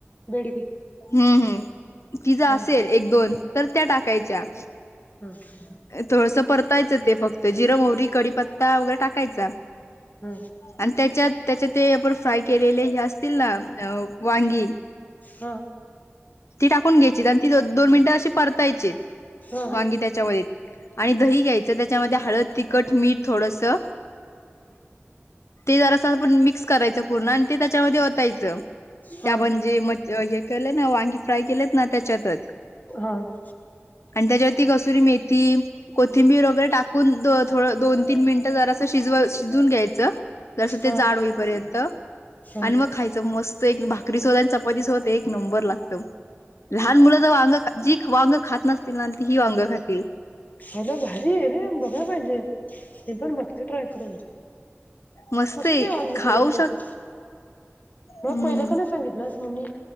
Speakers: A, on the left; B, on the left.
A: बेडगी
B: हूं हूं. ति ज
A: हम्म
B: असेल एक दोन, तर त्या टाकायच्या.
A: हं.
B: थोडंसं परतायचं ते फक्त. जिरं मोहरी कडीपत्ता वगैरे टाकायचा.
A: हं.
B: आन त्याच्यात, त्याच्या ते आपण फ्राय केलेले हे असतील ना वांगी,
A: हं.
B: ती टाकून घ्यायचीत आणि तीतं दोन मिनिटं अशी परतायचीत,
A: हा हा
B: वांगी त्याच्यामध्ये. आणि दही घ्यायचं, त्याच्यामध्ये हळद, तिखट, मीठ थोडसं ते जरासं आपण मिक्स करायचं पूर्ण आन ते त्याच्यामदी ओ तायचं.
A: हा
B: ते आपण जे मच हे केलंय ना वांगी फ्राय केलेत ना त्याच्यातंच.
A: हा
B: आणि त्याच्यावरती कसुरी मेथी, कोथिंबीर वगैरे टाकून दो थोडं दोन तीन मिनिटं जरासं शिजवा शिजवून घ्यायचं, जसं ते
A: हा
B: जाड होईपर्यंत.
A: हा
B: आणि मग खायचं मस्त. एक भाकरीसोबत आणि चपातीसोबत एक नंबर लागतं. लहान मुलं जर वांगं, जी वांगं खात नसतील ना, ती ही वांगं खातील.
A: अं म भारी आहे रे, बघाय पाहिजे. मी पण बघते ट्राय करून.
B: मस्त
A: मस्तंय,
B: आहे.
A: वांग्याची
B: खाऊ
A: रेसिपी.
B: शक
A: म
B: हम्म
A: पहिलं का नाही सांगितलंस? मग मी,